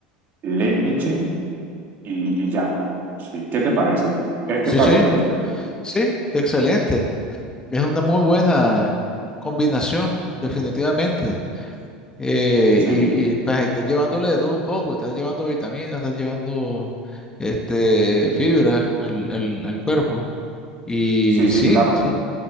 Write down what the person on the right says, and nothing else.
leche y, y ya. Sí, ¿qué te parece? ¿Crees
que está
bien?
Sí,
sí, sí,
claro.